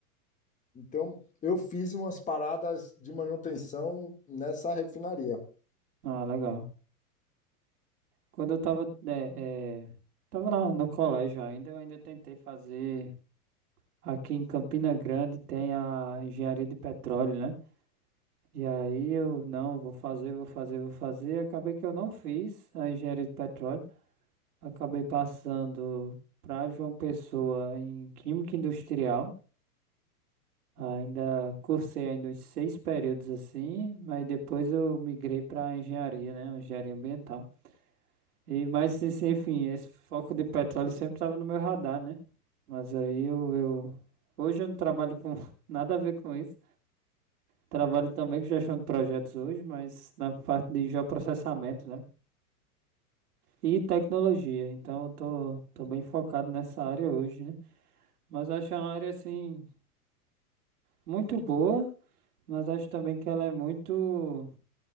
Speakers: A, on the left; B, on the right.
A: Então, eu fiz umas paradas de manutenção nessa refinaria.
B: Ah, legal. Quando eu tava, é, é, tava na- no colégio ainda, eu ainda tentei fazer. Aqui em Campina Grande tem a engenharia de petróleo, né? E aí eu não, vou fazer, vou fazer, vou fazer. Acabei que eu não fiz a engenharia de petróleo. Acabei passando para João Pessoa em Química Industrial. Ainda cursei ainda uns seis períodos assim, mas depois eu migrei para engenharia, né? Engenharia ambiental. E, mas, assim, enfim, esse foco de petróleo sempre estava no meu radar, né? Mas aí eu, eu... Hoje eu não trabalho com <laughs> nada a ver com isso. Trabalho também com gestão de projetos hoje, mas na parte de geoprocessamento, né? E tecnologia. Então eu tô, tô bem focado nessa área hoje, né? Mas acho uma área, assim, muito boa, mas acho também que ela é muito